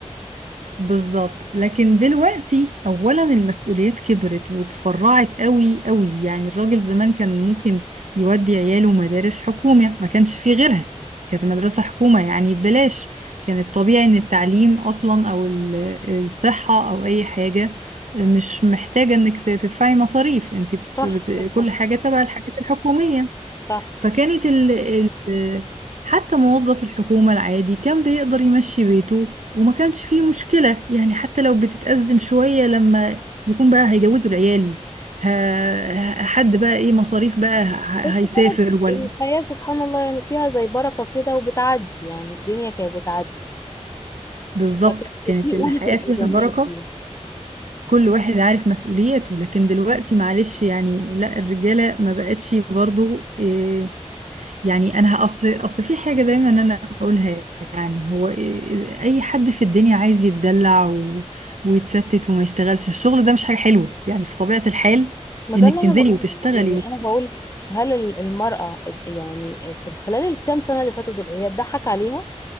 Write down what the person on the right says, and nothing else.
بالظبط لكن دلوقتي اولا المسؤوليات كبرت وتفرعت قوي قوي يعني الراجل زمان كان ممكن يودي عياله مدارس حكومة ما كانش فيه غيرها كانت مدرسة حكومة يعني ببلاش كان الطبيعي ان التعليم اصلا او ال- الصحة او اي حاجة مش محتاجة انك تدفعي مصاريف انت بتدف...
بت...
كل حاجة تبع الحاجات الحكومية
فكانت ال... ال... حتى موظف الحكومة العادي كان بيقدر يمشي بيته وما كانش فيه مشكلة يعني حتى لو بتتأزم شوية لما يكون بقى هيجوزوا العيال ه... ه- حد بقى ايه مصاريف بقى ه...
هيسافر
ولا
بالظبط
كانت
الحياة
فيها البركة
كل واحد عارف مسؤولياته لكن دلوقتي معلش يعني لا الرجالة ما بقتش برضو آه، يعني انا اصل اصل في حاجه دايما انا اقولها يعني هو إيه- إيه، اي حد في الدنيا عايز يتدلع و... ويتستت وما يشتغلش الشغل ده مش حاجه حلوه يعني في طبيعه الحال
انك
تنزلي
وتشتغلي
و...